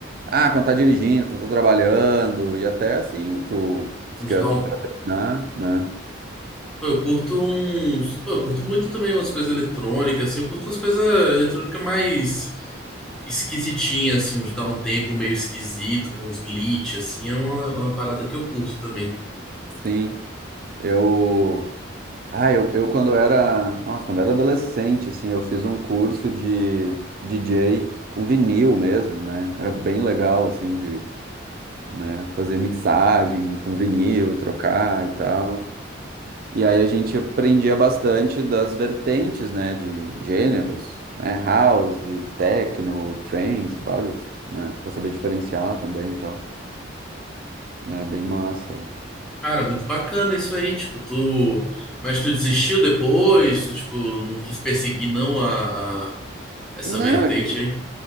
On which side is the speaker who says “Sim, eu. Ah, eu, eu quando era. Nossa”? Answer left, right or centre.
Right